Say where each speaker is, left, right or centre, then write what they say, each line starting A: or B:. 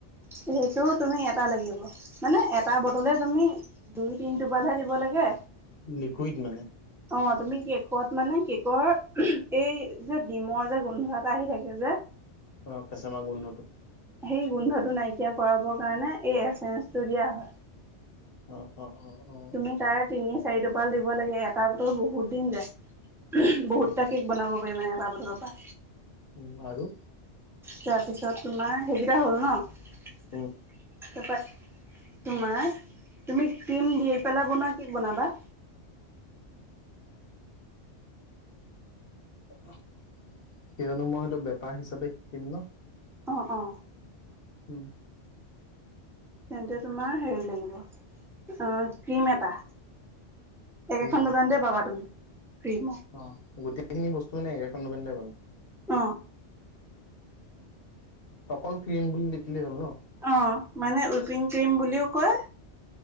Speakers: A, in the centre; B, on the left.
A: সেইটোও তুমি এটা লাগিব। মানে এটা বটলে তুমি দুই তিনি টোপালহে দিব লাগে।
B: লিকুইড মানে
A: অ' তুমি কেকত মানে কেকৰ, এই যে ডিমৰ যে গোন্ধ এটা আহি থাকে যে।
B: অ' <unintelligible> গোন্ধটো।
A: সেই গোন্ধটো নাইকিয়া কৰাবৰ কাৰণে এই এচেঞ্চটো দিয়া হয়।
B: অ', অ'। অ অ
A: তুমি তাৰ তিনি চাৰি টোপাল দিব লাগে এটা বটল বহুত দিন যায়। বহুতটা
B: হ'ব
A: কেক বনাব পাৰি মানে এটা বটলৰ পৰা।
B: উম, আৰু।
A: তাৰপিছত তোমাৰ সেইকেইটা হ'ল ন',
B: উম
A: তাৰপৰ তোমাৰ, তুমি ক্ৰীম দি পেলাই বনোৱা কেক বনাবা।
B: কিয়নো মই সেইটো বেপাৰ হিচাপে কিনো ন'।
A: অ', অ'।
B: উম।
A: তেন্তে তোমাৰ হেৰি লাগিব, অ' ক্ৰীম এটা।
B: ক্ৰীম
A: একেখন দোকানতে পাবা তুমি। ক্ৰীম
B: অ, গোটেইখিনি বস্তু মানে এইখন নবেনাই ব
A: অ'।
B: তকল ফিলম বুলি দেখিলে হ'ল ন।
A: অ, মানে উইপিং, ক্ৰীম বুলিও কয়।